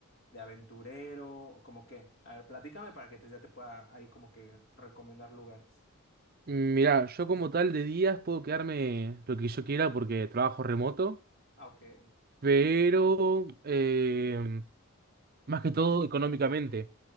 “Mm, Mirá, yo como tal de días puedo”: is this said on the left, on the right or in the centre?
Right